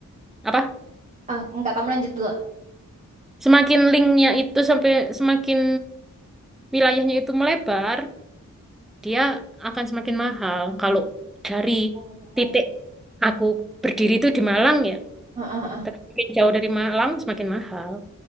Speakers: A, in the centre; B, on the right (about 20°).
A: apa?
B: ah, enggak kamu lanjut dulu.
A: Semakin linknya itu sampai semakin wilayahnya itu melebar, dia akan semakin mahal. Kalau dari
B: Oh,
A: titik aku berdiri itu di Malang ya,
B: Heeh, heeh.
A: tapi jauh dari Malang semakin mahal.